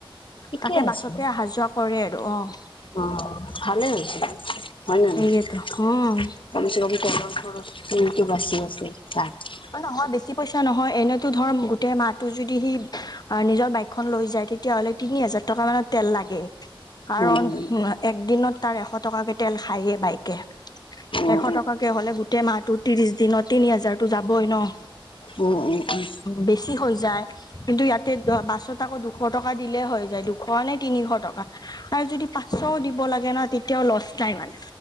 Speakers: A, on the left; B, on the left.
A: ঠিকে
B: তাকে
A: আছে।
B: বাছতে অহা যোৱা কৰে আৰু অ'।
A: অ' ভালেই হৈছে। হয়নে নহয়?
B: এইকেইটো উম
A: কমচেকম তেলৰ খৰচটো বাছি আছে তাত।
B: নহয় বেছি পইচা নহয়, এনেতো ধৰ গোটেই মাহটো যদি সি নিজৰ বাইক খন লৈ যায় তেতিয়াহ'লে তিনি হাজাৰ টকা মানত তেল লাগে কাৰণ
A: উম,
B: এক দিনত তাৰ এশ টকাকে তেল খায়ে বাইকে।
A: উম, উম,
B: এশ টকাকে হ'লে গোটেই মাহটো ত্ৰিশ দিনত তিনি হাজাৰতো যাবই ন'?
A: উম, উম, উম।
B: বেছি হৈ যায়। কিন্তু ইয়াতে বাছত আকৌ দুশ টকা দিলে হৈ যায়, দুশ নে তিনিশ টকা। আৰু যদি পাঁচশও দিব লাগে না তেতিয়াও লছ নাই মানে।